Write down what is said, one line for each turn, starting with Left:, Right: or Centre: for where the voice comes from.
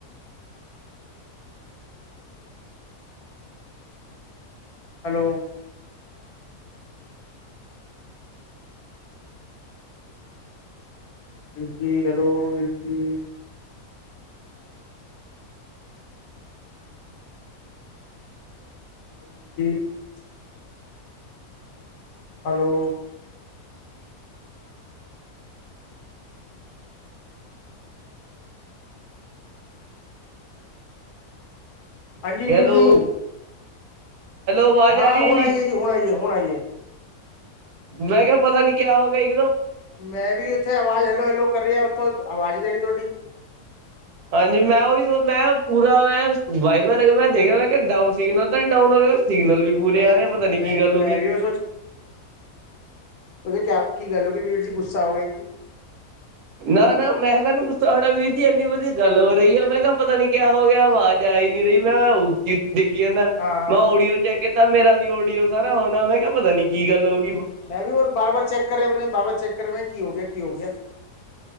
Left: ਹੈਲੋ? ਵੀਰ ਜੀ, ਹੈਲੋ ਵੀਰ ਜੀ? ਆਲੂ ਬਜੀੀ <inaudible> ਹੈਲੋ ਹਾਂਜੀ ਵੀਰ
Right: ਹੈਲੋ-ਹੈਲੋ
Left: ਜੀ?
Right: ਆਵਾਜ਼
Left: ਹਾਂ
Right: ਆ ਰਹੀ ਹੈ
Left: ਹੁਣ ਆਈਏ ਜੀ ਹੁਣ ਆਈਏ ਹੁਣ ਆਈਏ।
Right: ਮੈਂ ਕਿਆ ਪਤਾ ਨੀ ਕਿਆ ਹੋ ਗਿਆ ਈ।
Left: ਮੈਂ ਵੀ ਇਥੇ ਆਵਾਜ਼ ਹੈਲੋ-ਹੈਲੋ ਕਰ ਰਿਆ ਉੱਥੋਂ ਆਵਾਜ਼ ਈ ਨੀ ਆਰੀ ਤੁਆਡੀ।
Right: ਹਾਂਜੀ ਮੈਂ ਉਹੀ, ਮੈਂ ਪੂਰਾ ਮੈਂ ਵਾਈਫਾਈ ਲੱਗਣਾ ਏ ਦੇਖਣਾ, ਕਿ ਡੌਨ ਸਿੰਨਲ। ਪਤਾ ਡਾਊਨ ਹੋ ਗਿਆ, ਸਿਗਨਲ ਵੀ ਪੂਰੇ
Left: ਮੈਂ
Right: ਆ ਰਹੇ, ਪਤਾ ਨੀ
Left: ਮੈਂ
Right: ਕੀ ਗੱਲ ਹੋ
Left: ਮੈਂ
Right: ਗਈ।
Left: ਵੀ ਉਹ ਕਿ ਕਿਆ ਕੀ ਗੱਲ ਹੋ ਗਈ, ਵੀਰ ਜੀ ਗੁੱਸਾ ਹੋ ਗਿਆ ਕਿ?
Right: ਨਾ- ਨਾ ਮੈਂ ਕਾਨੂੰ, ਗੁੱਸਾ ਹੋਣਾ ਵੀਰ ਦੀ ਇੰਨੀ ਵਧੀਆ ਗੱਲ ਹੋ ਰਹੀ ਹੈ, ਮੈਂ ਕਿਹਾ ਪਤਾ ਨੀ ਕ ਹੋ ਗਿਆ, ਆਵਾਜ਼ ਆਏ ਗੀ, ਰਹੀ ਮੈਂ ਉਚੀ ਉਚੀ ਦੇਖੀ ਜਾਂਦਾ
Left: ਹਾਂ
Right: ਮੈਂ ਓਡੀਓ ਚ ਅ ਕੇ ਤਾਂ ਮੇਰਾ ਵੀ ਓਡੀਓ ਸਾਰਾ ਹੋਣਾ, ਮੈਂ ਕਿਹਾ ਪਤਾ ਨੀ ਕੀ ਗੱਲ ਹੋਈ।
Left: ਮੈਂ ਵੀ ਹੋਰ, ਬਾਰ -ਬਾਰ ਚੈੱਕ ਕਰਿਆ ਮਨ ਬਾਰ -ਬਾਰ ਚੈੱਕ ਕਰਿਆ ਮ ਕੀ ਹੋ ਗਿਆ -ਕੀ ਹੋ ਗਿਆ।